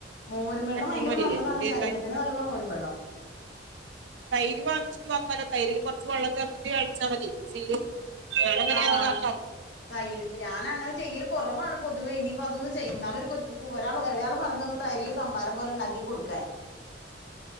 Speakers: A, on the left (about 70°); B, on the right (about 85°).
A: മോരും വെള്ളം
B: കട്ടിമൊരില്ലേ
A: ഭയങ്കര നല്ലതാണ്
B: <unintelligible>
A: ശരീരത്തിന് നല്ലതാ മോരും വെള്ളം
B: തൈര് വാങ്ങിച്ചിട്ട് ആക്കാല്ലോ തൈരിൽ കുറച്ച് വെള്ളം ചേർത്തിട്ട് അടിച്ചാ മതി മിക്സിയില് ഞാനങ്ങനെ
A: ആഹ്
B: അധികം ആക്കാറ്
A: തൈര് ഞാന അങ്ങനെ ചെയ്യൽ കുറവാണ് പൊതുവേ ഇനിയിപ്പോ അതൊന്ന് ചെയ്യുന്ന ആഹ് ഇന്നാൾ ഒരു കൊ ഒരാൾ ഇളയാൾ പറഞ്ഞിന് തൈരിൽ സംഭാരം പോലെ ഉണ്ടാക്കി കൊടുക്കാൻ